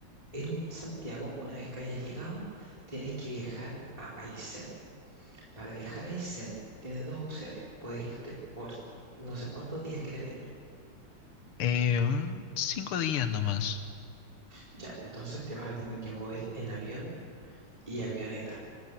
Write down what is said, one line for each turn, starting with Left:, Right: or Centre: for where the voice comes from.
Right: en Santiago, una vez que hayas llegado, tienes que viajar a Aysén. Para viajar a Isen tienes dos opciones. Puedes irte por no sé cuántos días quieres venir.
Left: Eh, un cinco días nomás,
Right: Ya, entonces te vas a tener que mover en avión y avioneta.